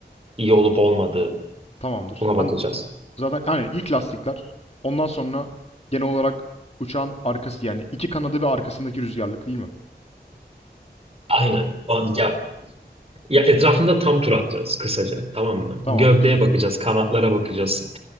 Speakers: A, on the right (about 35°); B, on the left (about 35°).
A: iyi olup olmadığı
B: Tamamdır.
A: buna bakacağız.
B: Ben Zaten hani ilk lastikler. Ondan sonra genel olarak uçağın arkası yani iki kanadı ve arkasındaki rüzgarlık değil mi?
A: Aynen. O- Ya, ya etrafında tam tur atacağız kısaca tamam mı?
B: Tamamdır.
A: Gövdeye bakacağız, kanatlara bakacağız.